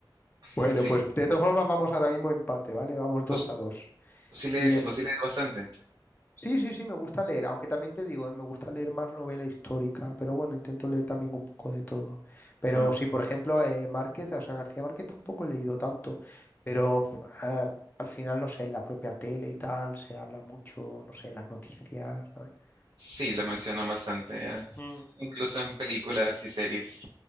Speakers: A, on the right; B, on the left.
A: Sí,
B: Bueno, pues de todas formas vamos ahora mismo empate, ¿vale? Vamos dos
A: vos,
B: a dos.
A: vos sí lees,
B: Y es
A: vos sí lees bastante.
B: Sí, sí, sí, me gusta leer, aunque también te digo, eh, me gusta leer más novela histórica, pero bueno, intento leer también un poco de todo. Pero
A: Ah.
B: sí, por ejemplo, eh, Márquez, o sea, García Márquez tampoco he leído tanto, pero f- ah, al final, no sé, en la propia tele y tal, se habla mucho, no sé, en las noticias, ¿sabes?
A: Sí,
B: Vale.
A: lo mencionan bastante, ¿eh?
B: Mm,
A: Incluso
B: mm,
A: en películas y series.